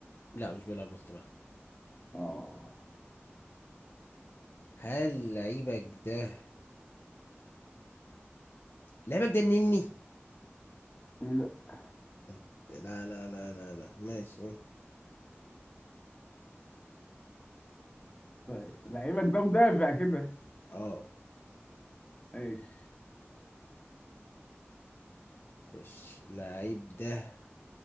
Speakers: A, on the left; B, on the left.
A: لا مش بيلعب وسط ملعب
B: اه
A: هل لعيبك ده لعيبك ده النني
B: لا
A: أنت- لا لا لا لا لا ماشي
B: طيب لعيبك ده مدافع كده
A: اه
B: ماشي
A: مش لعيب ده